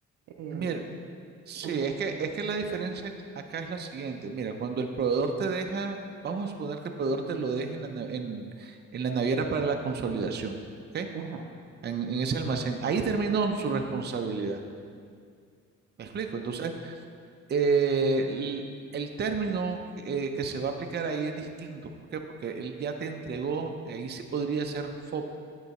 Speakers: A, on the right; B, on the right.
A: eh,
B: Mira, sí,
A: ajá,
B: es que, es que la diferencia acá es la siguiente. Mira, cuando el proveedor te deja, vamos a suponer que el proveedor te lo deje en la, na- en, en la naviera para la consolidación, ¿ok?
A: ajá,
B: En, en ese almacén. Ahí terminó su responsabilidad. ¿Me explico? Entonces, eh, el, el término eh, que se va a aplicar ahí es distinto. ¿Por qué? Porque él ya te entregó, eh, ahí sí podría ser FOB,